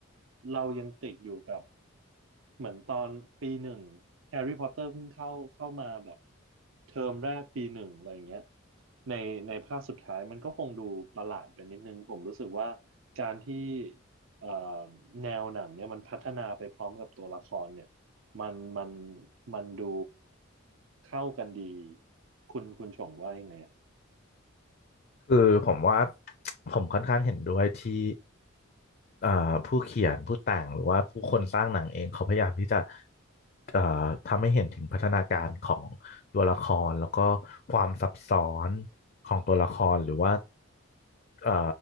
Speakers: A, on the right; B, on the left.
A: เรายังติดอยู่กับเหมือนตอนปีหนึ่งแฮร์รี่พอตเตอร์เพิ่งเข้าเข้ามาแบบเทอมแรกปีหนึ่งอะไรอย่างเงี้ยในในภาคสุดท้ายมันก็คงดูประหลาดไปนิดนึงผมรู้สึกว่าการที่เอ่อแนวหนังเนี่ยมันพัฒนาไปพร้อมกับตัวละครเนี่ยมันมันมันดู เข้ากันดีคุณคุณชงว่ายังไงอะ
B: คือผมว่า <tsk> ผมค่อนข้างเห็นด้วยที่อ่าผู้เขียนผู้แต่งหรือว่าผู้คนสร้างหนังเองเขาพยายามที่จะเอ่อทำให้เห็นถึงพัฒนาการของตัวละครแล้วก็ความซับซ้อนของตัวละครหรือว่าเอ่อ